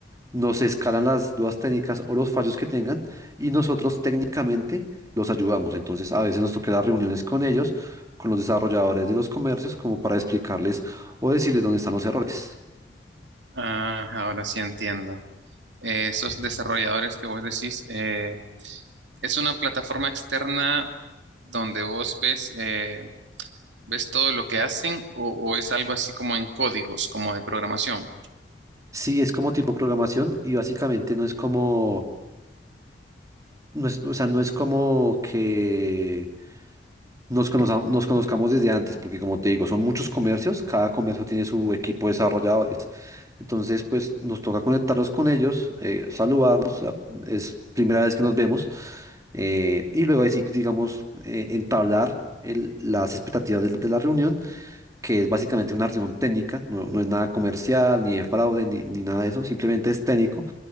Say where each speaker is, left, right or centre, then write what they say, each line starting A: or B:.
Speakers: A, on the right; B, on the right.
A: nos escalan las dudas técnicas o los fallos que tengan y nosotros técnicamente los ayudamos. Entonces, a veces nos toca las reuniones con ellos, con los desarrolladores de los comercios, como para explicarles o decirles dónde están los errores.
B: Ah, ahora sí entiendo. Eh, esos desarrolladores que vos decís, eh, es una plataforma externa donde vos ves, eh, ves todo lo que hacen o, o es algo así como en códigos, como de programación.
A: Sí, es como tipo programación y básicamente no es como, no es- o sea, no es como que nos conozcamos, nos conozcamos desde antes, porque como te digo, son muchos comercios, cada comercio tiene su equipo de desarrolladores. Entonces, pues nos toca conectarnos con ellos, eh, saludarnos, a- es primera vez que nos vemos, eh, y luego ahí sí, digamos, eh, entablar el- las expectativas de, de la reunión, que es básicamente una reunión técnica, no, no es nada comercial, ni de fraude, ni, ni nada de eso, simplemente es técnico